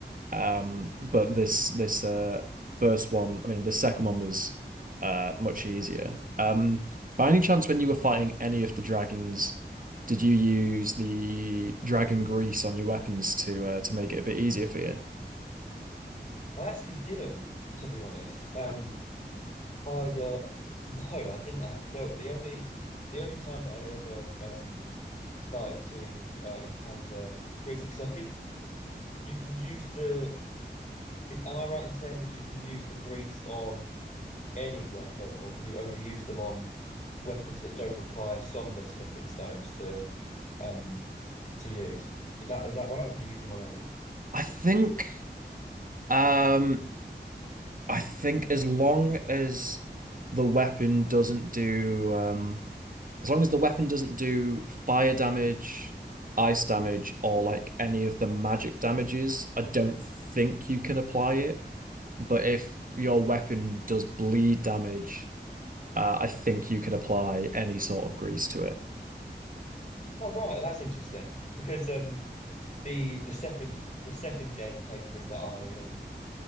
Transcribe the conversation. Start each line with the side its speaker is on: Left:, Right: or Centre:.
Right: Um, but this this uh first one, I mean, the second one was uh much easier. Um, by any chance, when you were fighting any of the dragons, did you use the dragon grease on your weapons to uh, to make it a bit easier for you?
Left: I actually didn't, to be honest. Um, I uh, no, I didn't at all. The only the only time that I ever um started to uh, encounter grease, because I think you can use the is am I right in saying that you can use the grease on any weapon, or can you only use them on weapons that don't require somber smithing stones to um to use? Is that is that right? Or can you use them on any?
Right: I think um I think as long as the weapon doesn't do um As long as the weapon doesn't do fire damage, ice damage, or like any of the magic damages, I don't think you can apply it. But if your weapon does bleed damage, uh, I think you can apply any sort of grease to it.
Left: Oh, right, that's interesting because um the the second the second game playthrough that I um